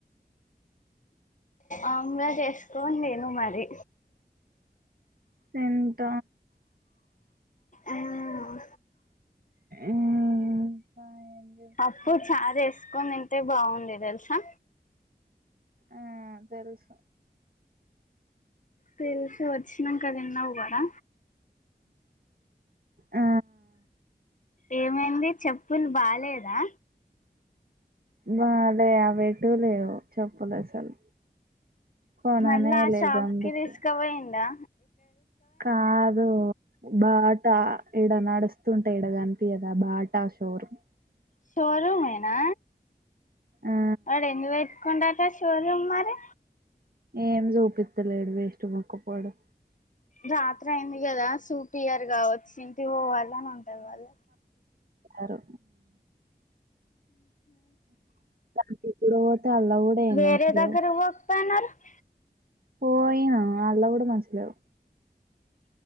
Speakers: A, on the left; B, on the right.
A: ఆమ్లెట్ వేసుకొని తిన్న అ మరి
B: ఎంత
A: ఆ
B: ఇంకా ఏం చేస్తున్నావ్
A: అప్పుడు చారు వేసుకోంది ఇం ఇతే బాగుంది తెలుసా
B: ఆ తెలుసు
A: తెలిసి వచ్చినాంక తిన్నావు కూదా
B: ఆ
A: ఏమైంది చెప్పులు బాలేదా
B: బాలే అవిటు లేవు చెప్పులు అసలు కొననే
A: మళ్ళా ఆ
B: లేదు
A: షాప్
B: అందుకే
A: కి తీసుకవ అయిందా
B: కాదు బాటా ఎడ నడుస్తుంటె ఎడకనిపియదా బాటా షోరూమ్
A: షోరూమేనా
B: ఆ
A: అడ ఎందు పెట్టు షోరూమ్ మరి
B: ఏం జు ఇత్తలేడు వేస్ట్ ముఖం వడు
A: రాత్ర అయింది కదా సూపియర్ర్ కావచ్చు ఇంటి పోవాల అని ఉంటది వాళ్ళ
B: అరు <inaudible> ఇప్పుడు అల్ల కూడా ఏం
A: వేరే
B: మంచిలేవు
A: దగ్గర <unintelligible>
B: పోయినా ఆళ్ళుకూడా మంచిగలేరు